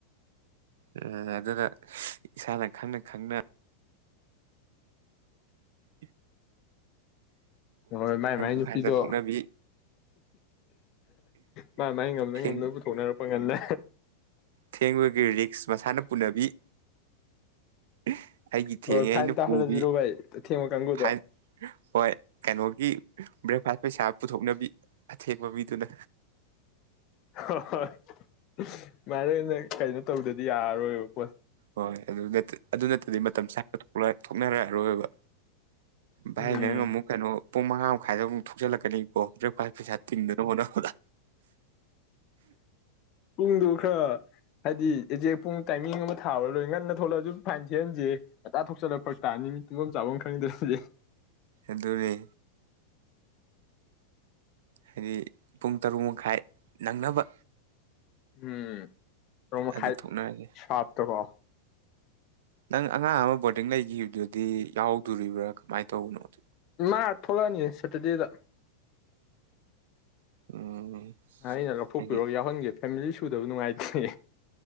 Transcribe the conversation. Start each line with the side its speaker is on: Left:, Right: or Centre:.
Right: <unintelligible> ꯑꯗꯨꯅ ꯏꯁꯥꯅ ꯈꯪꯅ ꯈꯪꯅ ꯏ
Left: ꯍꯣꯏ ꯃꯥꯏ ꯃꯥꯏ ꯅꯨꯄꯤꯗꯣ
Right: ꯃꯈꯥꯏꯗ ꯊꯣꯛꯅꯕꯤ
Left: ꯃꯥ ꯃꯥꯥꯏ ꯉꯝꯅ
Right: ꯊꯦꯡ
Left: ꯉꯝꯅꯚ ꯄꯨꯊꯣꯛꯅꯔꯛꯄ ꯉꯟꯅ
Right: ꯊꯦꯡꯕꯒꯤ ꯔꯤꯛꯁ ꯄꯨꯅꯕꯤ ꯏ ꯑꯩꯒꯤ ꯊꯦꯡꯉꯦ
Left: ꯍꯣꯏ ꯐꯥꯏꯟ
Right: ꯑꯩꯅ
Left: ꯇꯥꯍꯜꯂꯁꯤꯔꯣ
Right: ꯄꯨꯕꯤ
Left: ꯚꯥꯏ ꯑꯊꯦꯡꯕ ꯀꯥꯡꯕꯨꯗꯣ
Right: ꯐꯥꯏꯟ ꯍꯣꯏ ꯀꯩꯅꯣꯒꯤ ꯕ꯭ꯔꯦꯛꯐꯥꯁ ꯄꯩꯁꯥ ꯄꯨꯊꯣꯛꯅꯕꯤ ꯑꯊꯦꯡꯕ ꯃꯤꯗꯨꯅ
Left: ꯍꫭ ꯍꯣꯏ <inaudible> ꯃꯥꯏꯔꯦꯅꯦ ꯀꯩꯅꯣ ꯇꯧꯗꯗꯤ ꯌꯥꯔ <unintelligible>
Right: ꯍꯣꯏ ꯑꯗꯨ ꯅꯠꯇ ꯑꯗꯨ ꯅꯠꯇꯗꯤ ꯃꯇꯝ ꯆꯥꯅ ꯊꫭꯛꯂꯑꫭꯏ ꯊꯣꯛꯅꯔ ꯑꯔꯣꯏꯕ ꯚꯥꯏ
Left: ꯎꯝ
Right: ꯅꯪ ꯑꯃꯨꯛ ꯀꯩꯅꯣ ꯄꯨꯡ ꯃꯉꯥ ꯃꯈꯥꯏꯗ ꯑꯃꯨꯛ ꯊꯣꯛꯆꯜꯂꯛꯀꯅꯤ ꯑꯣ ꯕ‍꯭ꯔꯦꯛꯐꯥꯁ ꯄꯩꯁꯥ ꯊꯤꯡꯗꯅꯕ ꯍꫭꯠꯅꯕꯗ
Left: ꯄꯨꯡꯗꯨꯕꯨ ꯈꯔ ꯍꯥꯏꯗꯤ ꯑꯦꯖꯦꯛ ꯄꯨꯡ ꯇꯥꯏꯃꯤꯡ ꯑꯃ ꯊꯥꯕꯔ ꯂꯣꯏ ꯉꯟꯅ ꯊꯣꯂꯛꯑꯁꯨ ꯐꯥꯏꯟ ꯊꯤꯍꯟꯁꯤꯍꯦ ꯉꯟꯇꯥ ꯊꯣꯛꯆꯜꯂ ꯐꯔꯛ ꯇꯥꯅꯤ ꯃꯤ ꯇꯨꯝꯕꯝ ꯆꯥꯕꯝ ꯈꯪꯉꯗꯕ ꯌꯥ
Right: ꯑꯗꯨꯅꯤ ꯍꯥꯏꯗꯤ ꯄꯨꯡ ꯇꯔꯨꯛ ꯃꯈꯥꯏ ꯅꯪꯅꯕ
Left: ꯎꯝ ꯔꯃ
Right: ꯑꯗꯨ
Left: ꯈꯥꯏ
Right: ꯊꯣꯛꯅꯔꯁꯦ
Left: ꯁꯞꯇ ꯀꯣ
Right: ꯅꯪ ꯑꯉꯥꯡ ꯑꯃ ꯕꯣꯔꯗꯤꯡ ꯂꯩꯈꯤꯕꯗꯨꯗꯤ ꯌꯥꯎꯗꯣꯔꯤꯕ꯭ꯔꯥ ꯀꯃꯥꯏꯅ ꯇꯧꯕꯅꯣ
Left: ꯃꯥ ꯊꯣꯛꯣꯔꯥꯅꯤ ꯁꯦꯇꯔꯗꯦꯗ
Right: ꯎꯝ
Left: ꯑꯩꯅ ꯂ ꯐꯨꯔꯣ
Right: ꯍꯥꯏꯗꯤ
Left: ꯌꯥꯎ ꯍꯣꯟꯒꯦ ꯐꯦꯃꯤꯂꯤ ꯁꯨꯗꯕ ꯅꯨꯡꯉꯥꯏꯇ꯭ꯦ